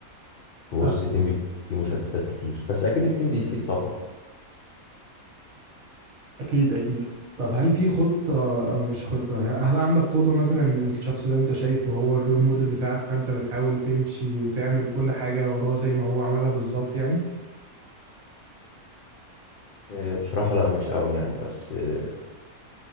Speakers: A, on the left (about 70°); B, on the right (about 70°).
A: في وسط
B: فاهم
A: التيم بيكون في مشتتات كتير بس أكيد التيم بيفيد طبعا
B: اكيد اكيد طب هل في خطة او مش خطة ه- هل عندك قدوة مثلا الشخص ده انت شايفه هو الرول موديل بتاعك فانت بتحاول تمشي وتعمل كل حاجة وراه زي ما هو عملها بالظبط يعني
A: أه بصراحة لا مش قوي يعني بس أه